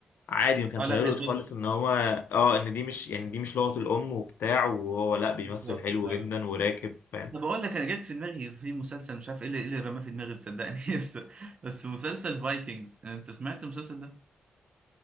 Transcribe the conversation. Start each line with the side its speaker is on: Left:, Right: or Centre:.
Left: عادي ما كانش
Right: اه لا
Left: هيلقط
Right: هيتبسط
Left: خالص ان هو اه ان دي مش يعني دي مش لغة الام وبتاع وهو لا بيمثل
Right: بالظبط
Left: حلو
Right: لا
Left: جدا
Right: لا لا.
Left: وراكب فاهم
Right: انا بقول لك انا جت في دماغي في مسلسل مش عارف ايه اللي إيه اللي رماه في دماغي صدقني <laughs> بس بس مسلسل فايكنجز انت سمعت المسلسل ده؟